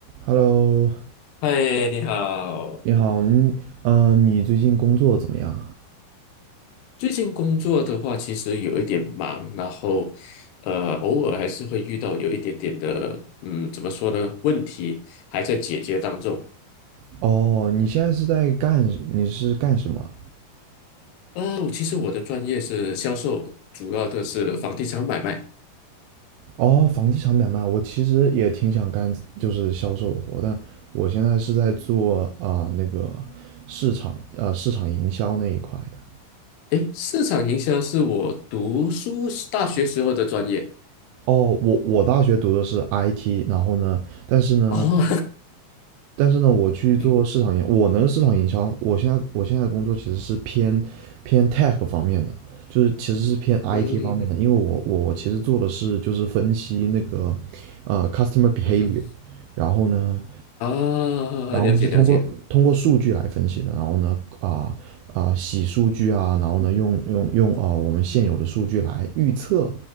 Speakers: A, on the right (about 80°); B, on the left (about 85°).
A: Hello，
B: 嗨，你好。
A: 你好，你呃，你最近工作怎么样？
B: 最近工作的话，其实有一点忙，然后，呃，偶尔还是会遇到有一点点的，嗯，怎么说呢？问题还在解决当中。
A: 哦，你现在是在干，你是干什么？
B: 呃，我其实我的专业是销售，主要的是房地产买卖。
A: 哦，房地产买卖，我其实也挺想干，就是销售的活，但我现在是在做啊、那个市场啊市场营销那一块的。
B: 诶，市场营销是我读书时大学时候的专业。
A: 哦，我我大学读的是 IT，然后呢，但是呢，
B: 哦，
A: 但是呢，我去做市场营，
B: <laughs> 嗯
A: 我那个市场营销，我现在我现在工作其实是偏偏 tech 方面的，就是其实是偏 IT
B: 嗯嗯
A: 方面的，因为我我其实做的是就是分析那个呃 customer behavior，
B: 嗯嗯，
A: 然后呢，
B: 啊，
A: 然后是通过通过数据来分析的，
B: 了解了解，
A: 然后呢啊啊呃洗数据啊，然后呢用用用啊呃我们现有的数据来预测